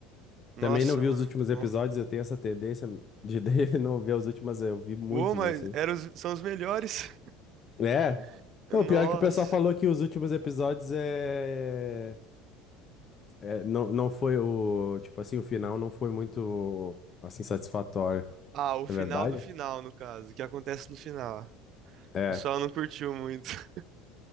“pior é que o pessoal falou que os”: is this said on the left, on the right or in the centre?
Left